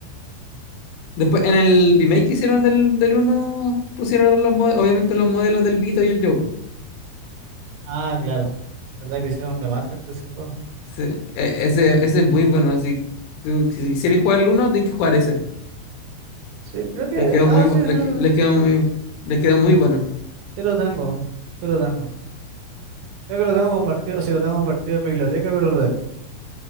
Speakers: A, on the left; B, on the right.
A: Después, en el remake que hicieron del, del uno pusieron los, mo- obviamente los modelos del Vito y el Joe.
B: ah, claro. ¿Verdad que hicieron un remaster de ese juego?
A: Sí, e- ese, ese es muy bueno, así. tú- si quisierais jugar el uno tenéis que jugar ese.
B: Sí, creo que.
A: Les quedó
B: Ah,
A: muy, bu-
B: sí,
A: les,
B: sí.
A: que- les quedó muy, les quedó muy bueno.
B: Sí lo tengo, sí lo tengo. Creo que lo tengo compartido, sí lo tengo compartido en mi biblioteca, pero lo tengo.